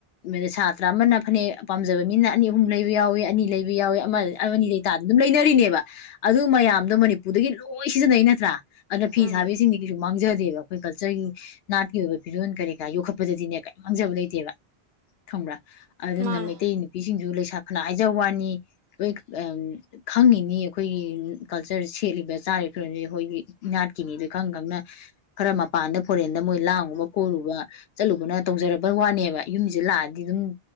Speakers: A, on the left; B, on the right.
A: ꯃꯤ꯫ ꯁꯥꯇ꯭ꯔ ꯑꯃꯅ ꯐꯅꯦꯛ ꯄꯥꯝꯖꯕ ꯃꯤꯅ ꯑꯅꯤ ꯑꯍꯨꯝ ꯂꯩꯕ ꯌꯥꯎꯋꯤ ꯑꯅꯤ ꯂꯩꯕ ꯌꯥꯎꯋꯤ ꯑꯃ ꯑꯅꯤ ꯂꯩꯇꯥꯗ ꯑꯗꯨꯝ ꯂꯩꯅꯔꯤꯅꯦꯕ ꯑꯗꯨ
B: ꯎꯝ
A: ꯃꯌꯥꯝꯗꯣ ꯃꯅꯤꯄꯨꯔꯗꯒꯤ ꯂꯣꯏ ꯁꯤꯖꯤꯟꯅꯩ ꯅꯠꯇ꯭ꯔꯥ ꯑꯗꯨꯅ ꯐꯤ
B: ꯎꯝ
A: ꯁꯥꯕꯤꯁꯤꯡꯗꯤ ꯀꯩꯁꯨ ꯃꯥꯡꯖꯗꯦꯕ ꯑꯩꯈꯣꯏ ꯀꯜꯆꯔꯒꯤ ꯅꯥꯠꯀꯤ ꯑꯣꯏꯕ ꯐꯤꯖꯣꯜ ꯀꯔꯤ ꯀꯔꯥ ꯌꯣꯛꯈꯠꯄꯗꯗꯤꯅꯦ ꯀꯔꯤ ꯃꯥꯡꯖꯕ ꯂꯩꯇꯦꯕ ꯈꯪꯕ꯭ꯔꯥ ꯑꯗꯨꯅ
B: ꯃꯥꯅꯦ
A: ꯃꯩꯇꯩ ꯅꯨꯄꯤꯁꯤꯡꯁꯨ ꯂꯩꯁꯥ ꯐꯅ ꯍꯥꯏꯖ ꯋꯥꯅꯤ ꯂꯣꯏ ꯈꯪꯉꯤꯅꯤ ꯑꯩꯈꯣꯏꯒꯤ ꯀꯜꯆꯔ ꯁꯦꯠꯂꯤꯕ ꯆꯥꯔꯤꯕ ꯐꯤꯕꯝꯁꯤ ꯑꯩꯈꯣꯏꯒꯤ ꯏꯅꯥꯠꯀꯤꯅꯤꯗ ꯈꯪ ꯈꯪꯅ ꯈꯔ ꯃꯄꯥꯟꯗ ꯐꯣꯔꯦꯟꯗ ꯃꯣꯏ ꯂꯥꯡꯉꯨꯕ ꯀꯣꯏꯔꯨꯕ ꯆꯠꯂꯨꯕꯅ ꯇꯧꯖꯔꯕ ꯋꯥꯅꯦꯕ ꯌꯨꯝꯁꯤꯁꯗ ꯂꯥꯛꯑꯗꯤ ꯑꯗꯨꯝ